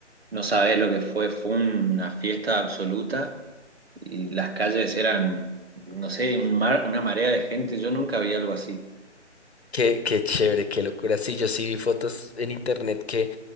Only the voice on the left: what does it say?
Qué, qué chévere, qué locura. Sí, yo sí vi fotos en internet que